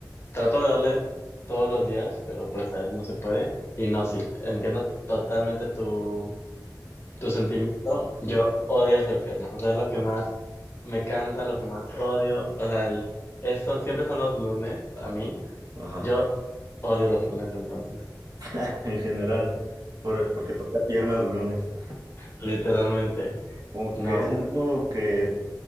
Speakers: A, on the left; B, on the right.
A: trato de darle todos los días, pero pues a veces no se puede. Y no, sí, entiendo totalmente tu, tu sentimiento. Yo odio hacer pierna, o sea, es lo que más me cansa, lo que más odio. O sea, el, eso, siempre son los lunes a mí.
B: Ajá,
A: Yo odio los lunes entonces,
B: <laughs> en general, por- porque toca pierna los lunes.
A: literalmente.
B: Como
A: No,
B: que es algo que